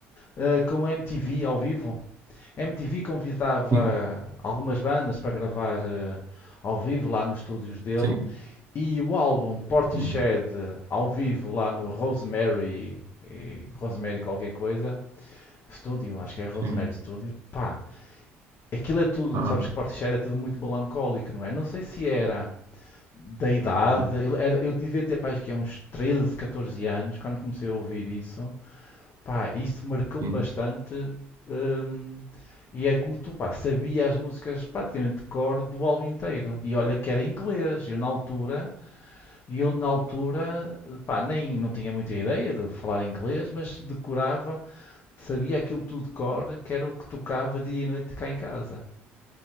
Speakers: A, on the left; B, on the right.
A: eh, com a MTV ao vivo. A MTV convidava
B: Sim,
A: algumas bandas para gravar eh, ao vivo lá nos estúdios dele.
B: sim,
A: E o álbum de Portishead
B: sim,
A: eh, ao vivo lá no Rosemary, eh, Rosemary qualquer coisa, Studio, acho que é Rosemary
B: sim.
A: Studio. Pá, aquilo é tudo,
B: Ah,
A: sabes que Portishead é tudo muito melancólico, não é? Não sei se era da idade,
B: pois,
A: ele era- eu devia ter pá, acho que é uns 13, 14 anos quando comecei a ouvir isso, pá, isso marcou-me
B: sim.
A: bastante. hum, e é como tu, pá, sabia as músicas praticamente de cor do álbum inteiro. E olha que era em inglês, eu na altura, e eu na altura, pá, nem não tinha muita ideia de falar inglês, mas decorava, sabia aquilo tudo de cor, que era o que tocava dia e noite cá em casa.